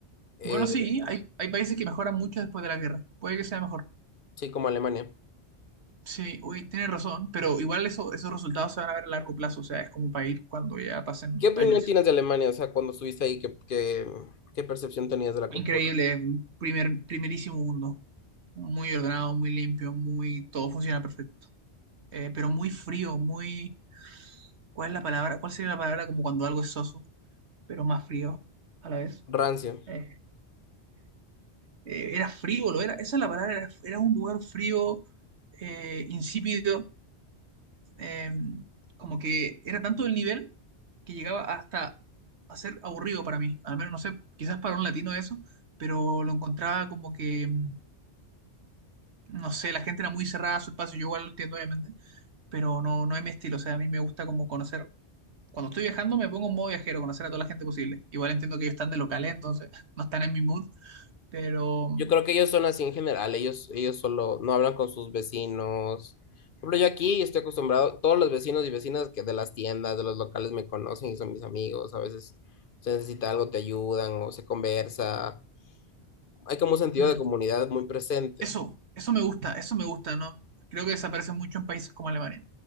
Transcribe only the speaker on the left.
eh,
sí, como Alemania.
¿Qué opinión
tienes de Alemania? O sea, cuando estuviste ahí, ¿qué, qué, qué percepción tenías de la
cultura?
Rancio.
Yo creo que ellos son así en general, ellos, ellos solo no hablan con sus vecinos. Por ejemplo, yo aquí estoy acostumbrado, todos los vecinos y vecinas que de las tiendas, de los locales me conocen y son mis amigos, a veces se necesita algo, te ayudan o se conversa. Hay como un sentido
de comunidad muy presente.